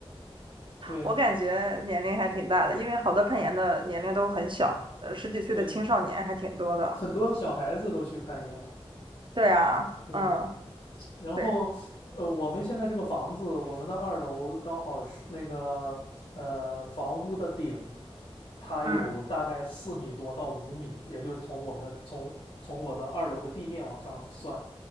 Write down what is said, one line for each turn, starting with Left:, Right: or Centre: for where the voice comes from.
Left: <laughs> 对
Right: 我感觉年龄还挺大的，因为好多攀岩的年龄都很小，呃，十几岁的青少年还挺多的。
Left: 对，很多小孩子都去攀岩，
Right: 对啊，
Left: 对
Right: 嗯，
Left: 然后，
Right: 对，
Left: 呃，我们现在这个房子，我们的二楼刚好是那个呃房屋的顶，它有大概四米多到五米，
Right: 嗯
Left: 也就从我们的从从我的二楼的地面往上算，